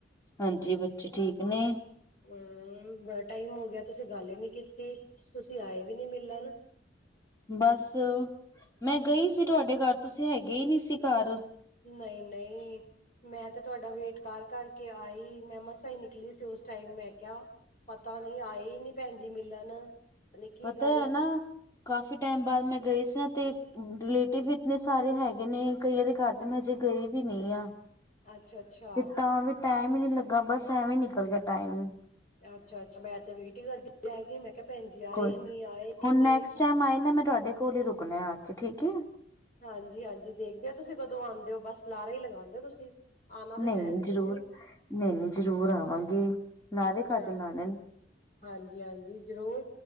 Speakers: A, on the left; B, on the left.
A: ਹਾਂਜੀ ਬੱਚੇ ਠੀਕ ਨੇ
B: ਹੂੰ, ਬੜਾ ਟਾਈਮ ਹੋ ਗਿਆ ਤੁਸੀਂ ਗੱਲ ਹੀ ਨਹੀਂ ਕੀਤੀ ਤੁਸੀਂ ਆਏ ਵੀ ਨਹੀਂ ਮਿਲਣ
A: ਬਸ ਮੈਂ ਗਈ ਸੀ, ਤੁਹਾਡੇ ਘਰ ਤੁਸੀਂ ਹੈਗੇ ਹੀ ਨਹੀਂ ਸੀ ਘਰ
B: ਨਹੀਂ, ਨਹੀਂ ਮੈਂ ਤੇ ਤੁਹਾਡਾ ਵੇਟ ਕਰ ਕਰ ਕੇ ਆਈ ਮੈਂ ਮਸਾ ਹੀ ਨਿਕਲੀ ਸੀ ਉਸ ਟਾਈਮ ਮੈਂ ਕਿਹਾ ਪਤਾ ਨੀ ਆਏ ਹੀ ਨਹੀਂ ਭੈਣ ਜੀ ਮਿਲਣ ਨੀ ਕੀ
A: ਪਤਾ
B: ਗੱਲ
A: ਐ ਨਾ ਕਾਫੀ ਟਾਈਮ ਬਾਅਦ ਮੈਂ ਗਈ ਸੀ ਨਾ ਤੇ ਰਿਲੇਟਿਵ ਵੀ ਨਹੀਂ ਸਾਰੇ ਹੈਗੇ ਨੇ ਕਈਆਂ ਦੇ ਘਰ ਤੇ ਮੈਂ ਹਜੇ ਗਈ ਵੀ ਨੀ ਆ
B: ਅੱਛਾ, ਅੱਛਾ।
A: ਫਿਰ ਤਾਂ ਵੀ ਟਾਈਮ ਹੀ ਨੀ ਲੱਗਾ ਬਸ ਐਵੇਂ ਹੀ ਨਿਕਲ ਗਿਆ ਟਾਈਮ
B: ਅੱਛਾ, ਅੱਛਾ ਮੈਂ ਤੇ ਵੇਟ ਹੀ ਕਰਦੀ ਰਹਿਗੀ ਮੈਂ ਕਿਹਾ ਭੈਣ ਜੀ ਆਏ
A: ਕੋਈ
B: ਹੀ ਨੀ ਆਏ ਹੀ
A: ਹੁਣ
B: ਨੀ
A: ਨੈਕਸਟ ਟਾਈਮ ਆਈ ਨਾ ਮੈਂ ਤੁਹਾਡੇ ਕੋਲ ਹੀ ਰੁਕਨਾ ਆ ਕੇ ਠੀਕ ਏ
B: ਹਾਂਜੀ, ਹਾਂਜੀ ਦੇਖਦੇ ਆ ਤੁਸੀਂ ਕਦੋਂ ਆਉਂਦੇ ਹੋ ਬਸ ਲਾਰੇ ਹੀ ਲਗਾਂਦੇ ਤੁਸੀਂ ਆਉਣਾ ਤਾਂ
A: ਨਹੀਂ
B: ਹੈ ਨੀ ਤੁਸੀਂ
A: ਜ਼ਰੂਰ ਨਹੀਂ, ਨਹੀਂ ਜ਼ਰੂਰ ਆਵਾਂਗੇ। ਲਾਰੇ ਕਾਹਦੇ
B: ਚੱਲੋ
A: ਲਾਣੇ ਨੇ
B: ਹਾਂਜੀ, ਹਾਂਜੀ ਜ਼ਰੂਰ